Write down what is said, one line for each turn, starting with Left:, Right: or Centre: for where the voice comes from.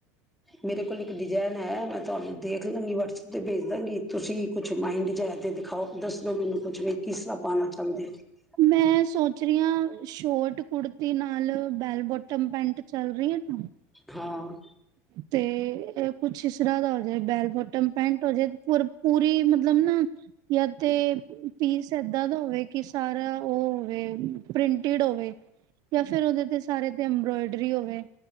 Centre: ਮੇਰੇ ਕੋਲ ਇੱਕ ਡਿਜਾਇਨ ਹੈ ਮਤਲਬ ਤੁਹਾਨੂੰ ਦੇਖ ਲਾਂਗੀ ਵਟਸਐਪ 'ਤੇ ਭੇਜ ਦਾਂਗੀ ਤੁਸੀਂ ਕੁਛ ਮਾਇਂਡ 'ਚ ਹੈ ਤੇ ਦਿਖਾਓ ਦੱਸ ਦਿਓ ਮੈਨੂੰ ਕੁਛ ਵੀ ਕਿਸ ਤਰ੍ਹਾਂ ਪਾਉਣਾ। ਚਾਹੁੰਦੇ ਹੋ
Right: ਮੈਂ ਸੋਚ ਰਹੀ ਹਾਂ। ਸ਼ੋਟ ਕੁੜਤੀ ਨਾਲ ਬੈਲ ਬੋਟਮ ਪੈਂਟ ਚੱਲ ਰਹੀ ਹੈ ਨਾ,
Centre: ਹਾਂ,
Right: ਤੇ ਕੁਛ ਸਰਾ ਦਾ ਹੋ ਜਾਏ ਬੈਲ ਬੋਟਮ ਪੈਂਟ ਹੋ ਜਾਏ ਪੂਰੀ ਮਤਲਬ ਨਾ ਜਾਂ ਤੇ ਪੀਸ ਏਦਾਂ ਦਾ ਹੋਵੇ ਕਿ ਸਾਰਾ ਉਹ ਹੋਵੇ ਪ੍ਰਿੰਟ ਹੋਵੇ ਜਾਂ ਫੇਰ ਉਹਦੇ ਤੇ ਸਾਰੇ ਤੇ ਅਬਰੋਇਡ ਹੋਵੇ